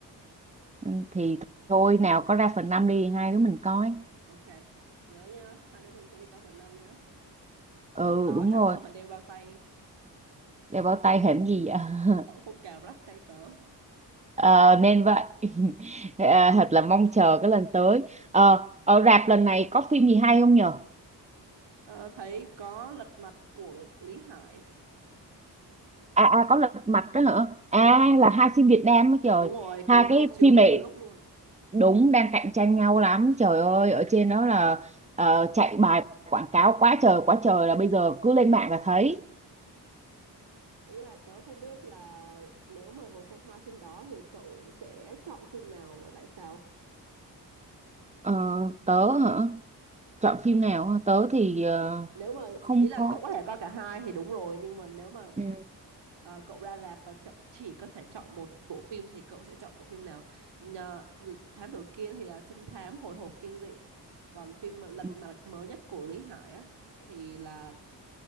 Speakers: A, on the right; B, on the right.
A: Ừ, thì thôi nào có ra phần 5 đi hai đứa mình coi
B: ok nhớ nhá hai đứa mình sẽ đi coi phần 5 nhá
A: ừ
B: lúc đó
A: đúng
B: chắc
A: rồi
B: tớ phải đeo bao tay
A: đeo bao tay hẻm gì vậy? <laughs>
B: để cậu không cào rách tay tớ
A: Ờ, nên vậy <laughs> à, thật là mong chờ cái lần tới Ờ, ở rạp lần này có phim gì hay không nhờ
B: Ờ, thấy có lật mặt của Lý Hải
A: à, à có lật mặt đó hả à
B: đúng rồi
A: là hai phim Việt Nam đó trời
B: đúng rồi cùng
A: hai
B: công
A: cái
B: chiếu
A: phim
B: cùng
A: này
B: một lúc luôn
A: đúng đang cạnh tranh nhau lắm trời ơi ở trên đó là ờ, chạy bài quảng cáo quá trời quá trời là bây giờ cứ lên mạng là thấy
B: ý là tớ không biết là nếu mà một trong hai phim đó thì cậu sẽ chọn phim nào và tại sao
A: Ờ, tớ hả chọn phim nào hả? tớ thì ờ,
B: nếu mà
A: không
B: ý là
A: có
B: cậu có thể coi cả hai thì đúng rồi nhưng mà nếu mà
A: ừ
B: ờ, cậu ra rạp và cậu chỉ có thể chọn một bộ phim thì cậu sẽ chọn bộ phim nào Nhờ, thám tử Kiên thì là trinh thám hồi hộp kinh dị còn phim mà Lật
A: ừ,
B: mặt mới nhất của Lý Hải á thì là